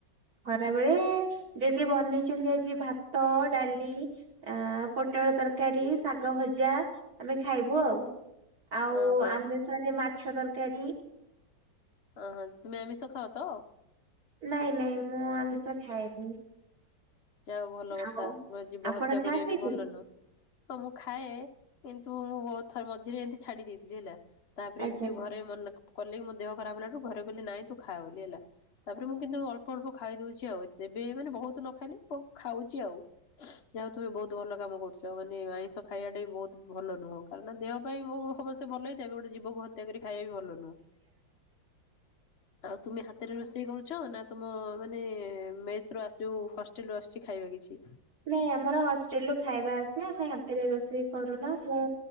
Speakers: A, on the right; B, on the left.
A: ଖରା ବେଳେ ଦିଦି ବନେଇଛନ୍ତି ଆଜି ଭାତ ଡାଲି ଆ ପୋଟଳ ତରକାରୀ ଶାଗ ଭଜା ଆମେ ଖାଇବୁ ଆଉ। ଆଉ
B: ଅହଁ
A: ଆମିଷରେ ମାଛ ତରକାରୀ
B: ଅ ହଁ ତୁମେ ଆମିଷ ଖାଅ ତ?
A: ନାଇଁ ନାଇଁ ମୁଁ ଆମିଷ ଖାଏନି।
B: ଯା ହଉ ଭଲ କଥା
A: ଆଉ
B: ନୂଆ ଜୀବ
A: ଆପଣ
B: ହତ୍ୟା
A: ଖାଆନ୍ତିନି
B: କରିବା ବି ଭଲ ନୁହଁ। ତ ମୁଁ ଖାଏ କିନ୍ତୁ ମୁଁ ବହୁତ ଥର ମଝିରେ ଏମିତି ଛାଡି ଦେଇଥିଲି ହେଲା ତାପରେ
A: ଆଜ୍ଞା
B: ଏମିତି ଘ ସେ ମନା କଲେବି ମୋ ଦେହ ଖରାପ ହେଲାଠୁ ଘରେ କହିଲେ ନାଇଁ ତୁ ଖାଆ ବୋଲି ହେଲା। ତାପରେ ମୁଁ କିନ୍ତୁ ଅଳ୍ପ ଅଳ୍ପ ଖାଇଦଉଚି ଆଉ ଏତେ ଏବେ ମାନେ ବହୁତ ନ ଖାଇଲେ। ମୁଁ ଖାଉଛି ଆଉ ଯାହା ହଉ ତୁମେ ବହୁତ ଭଲ କାମ କରୁଛ ମାନେ ଆଇଁଷ ଖାଇବାଟା ବି ବହୁତ ଭଲ ନୁହଁ କାରଣ ଦେହ ପାଇଁ ମୁଁ ହବ ସେ ଭଲହେଇଥାଏ ଗୋଟେ ଜୀବକୁ ହତ୍ୟା କରି ଖାଇବା ଭଲ ନୁହେଁ। ଆଉ ତୁମେ ହାତରେ ରୋସେ ରୋଷେଇ କରୁଛ ନା ତୁମ ମାନେ ମେସରୁ ଆସୁ ଯୋଉ ହଷ୍ଟେଲରୁ ଆସୁଛି ଖାଇବା କିଛି।
A: ନାଇଁ ଆମର ହଷ୍ଟେଲରୁ ଖାଇବା ଆସେ ଆମେ ହାତରେ ରୋଷେଇ କରୁନା ମୁଁ